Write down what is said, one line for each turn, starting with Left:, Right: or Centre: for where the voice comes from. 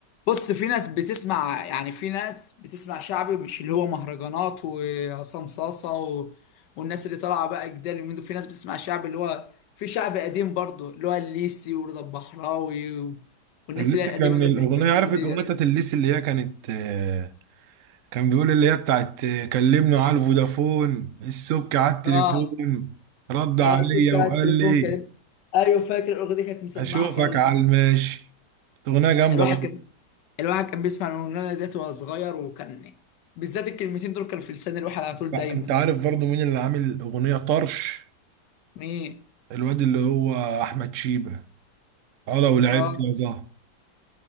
Left: بص في ناس بتسمع يعني في ناس بتسمع شعبي مش اللي هو مهرجانات وعصام صاصة و... والناس اللي طالعة بقى جدال اليومين دول في ناس بتسمع شعبي اللي هو في شعبي قديم برضه اللي هو الليسي ورضا البحراوي و... والناس
Right: الليسي
Left: اللي هي القديمة
Right: كان
Left: ديت
Right: الاغنيه
Left: الحسيني
Right: عارف
Left: ديت
Right: الاغنيه بتاعت الليسي اللي هي كانت آه، كان بيقول اللي هي بتاعت آه، كلمني على الفودافون السبك على التليفون
Left: اه
Right: رد عليا
Left: اه الصوت كان
Right: وقال
Left: على التليفون
Right: لي
Left: كان ايوه فاكر الاغنية دي كانت مسمعة
Right: هشوفك
Left: خالص
Right: على الماشي اغنيه جامده
Left: الواحد
Right: برضه
Left: كان الواحد كان بيسمع الاغنيه ديت وهو صغير وكان بالذات الكلمتين دول كانوا في لسان الواحد على طول
Right: بقى،
Left: دايما
Right: انت عارف برضه مين اللي عامل اغنيه طرش
Left: مين
Right: الواد اللي هو احمد شيبه اه لو لعبت
Left: اه
Right: يا زهر